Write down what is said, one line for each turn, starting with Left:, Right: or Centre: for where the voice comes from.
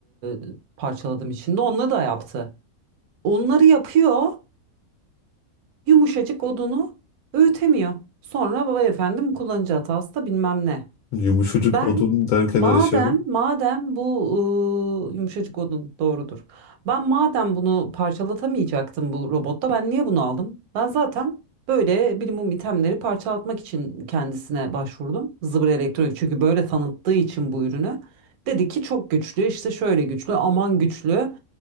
Right: e, parçaladım içinde. Onunla da yaptı. Onları yapıyor. Yumuşacık odunu öğütemiyor. Sonra baba efendim kullanıcı hatası da bilmem ne.
Left: Yumuşacık
Right: Ben
Left: odun derken
Right: madem
Left: Ayşe Hanım.
Right: madem bu e, yumuşacık odun doğrudur. Ben madem bunu parçalatamayacaktım bu robotta ben niye bunu aldım? Ben zaten böyle minimum itemleri parçalatmak için kendisine başvurdum. Zıbır Elektronik çünkü böyle tanıttığı için bu ürünü. Dedi ki çok güçlü işte şöyle güçlü aman güçlü